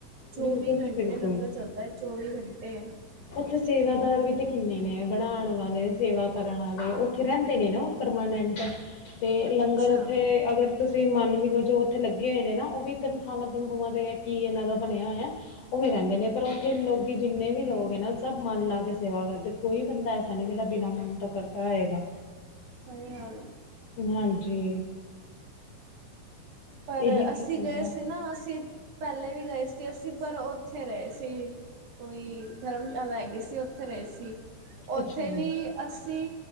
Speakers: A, on the right; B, on the left.
A: ਚੌਵੀ
B: ਬਿਲਕੁਲ ਜੀ
A: ਕੰਟੇ
B: ਬਿਲਕੁਲ
A: ਲੰਗਰ ਚੱਲਦਾ ਐ। ਚੌਵੀ ਕੰਟੇ
B: ਉੱਥੇ ਸੇਵਾਦਾਰ ਵੀ ਤੇ ਕਿੰਨੇ ਨੇ ਬਣਾਣ ਵਾਲੇ ਸੇਵਾ ਕਰਨ ਆਲੇ, ਉੱਥੇ ਰੈਂਦੇ ਨੇ ਨਾ ਓ। ਪਰਮਾਨੈਂਟ, ਤੇ ਲੰਗਰ
A: ਅੱਛਾ
B: ਓਥੇ ਅਗਰ ਤੁਸੀਂ ਮੰਨ ਵੀ ਲੋ ਜੋ ਓਥੇ ਲੱਗੇ ਹੋਏ ਨੇ ਨਾ ਓਵੀ ਤਨਖਾਹਾਂ-ਤਨਖੂਵਾਂ ਤੇ ਕੀ ਏਨਾਂ ਦਾ ਬਣਿਆ ਹੋਯਾ। ਓਵੇਂ ਰੈਂਦੇ ਨੇ ਪਰ ਓਥੇ ਲੋਕੀ ਜਿੰਨੇ ਵੀ ਲੋਕ ਐ ਨਾ ਸਭ ਮਨ ਲਾ ਕੇ ਸੇਵਾ ਕਰਦੇ ਕੋਈ ਬੰਦਾ ਐ ਸਾ ਨੀ ਜਿੜਾ ਬਿਨਾਂ ਮਨ ਤੋਂ ਕਰਦਾ ਹੈਏਗਾ,
A: ਸਹੀ ਗੱਲ ਹੈ।
B: ਹਾਂਜੀ।
A: ਪਰ
B: ਇਹੀ
A: ਅਸੀਂ
B: ਤੇ ਹੈਗਾ।
A: ਗਏ ਸੀ ਨਾ, ਅਸੀਂ ਪੈਲੇ ਵੀ ਗਏ ਸੀ, ਅਸੀਂ ਪਰ ਓਥੇ ਰਅੇ ਸੀ। ਕੋਈ ਧਰਮਸ਼ਾਲਾ ਹੈਗੀ ਸੀ ਓਥੇ ਰਅੇ ਸੀ, ਓਥੇ
B: ਅੱਛਾ ਜੀ
A: ਵੀ ਅਸੀਂ